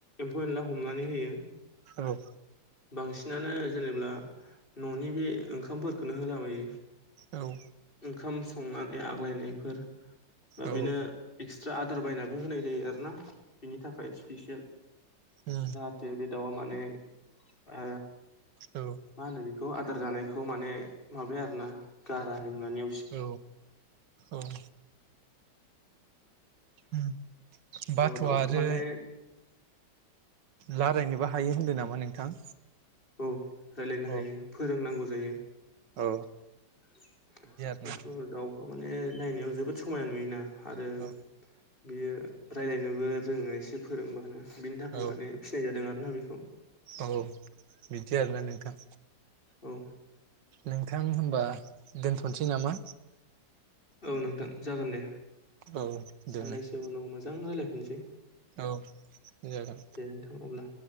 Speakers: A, on the left; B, on the right.
A: एम्फौ एनला हमनानै होयो।
B: औ
A: बांसिनानो जेनेबा न'नि बे ओंखामफोरखौनो होलाबायो।
B: औ
A: ओंखाम संनानै आग्लायनायफोर। बा
B: औ
A: बेनो एक्सट्रा आदार बायनाबो होनाय जायो आरोना बेनि थाखाय स्पिसियेल।
B: उम
A: जाहाथे बे दाउआ माने ओ
B: औ
A: मा होनो बेखौ आदार जानायखौ माने माबाया आरो ना गारा जेनेबा ने
B: औ औ उम बाथ'
A: दाउखौ
B: आरो
A: माने
B: लारायनोबो हायो होन्दों नामा नोंथां।
A: औ रायलायनो हायो
B: औ
A: फोरोंनांगौ जायो।
B: औ
A: <unintelligible>
B: बिदि आरोना
A: बाथर दाउ माने नायनायाव जोबोद समायाना नुयोना आरो
B: औ
A: बियो राय्लायनोबो रोङो एसे फोरोंबानो बिनि थाखाय
B: औ
A: माने फिसिनाय जादों आरोना बेखौ।
B: औ बिदि आरोना नोंथां।
A: औ
B: नोंथां होनबा दोनथ'नोसै नामा।
A: औ नोंथां जागोन दे
B: औ दे
A: साननैसो
B: नोंथां
A: उनाव मोजां रायज्लायफिनसै।
B: औ जागोन।
A: दे नोंथां अब्ला